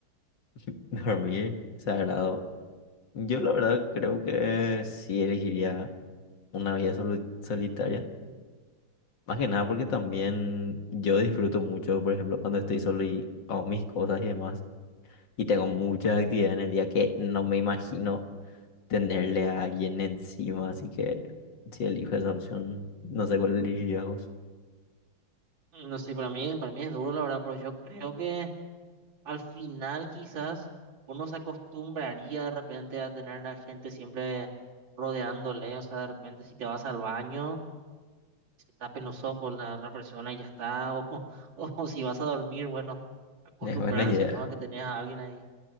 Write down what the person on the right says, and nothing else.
No sé, para mí, para mí es duro, la verdad, pero yo creo que Al final quizás uno se acostumbraría de repente a tener a la gente siempre rodeándole, o sea, de repente si te vas al baño, se tapen los ojos la otra persona y ya está, o, <laughs> o, si vas a dormir, bueno,
acostumbrarse,
¿no? A que tenés a alguien ahí.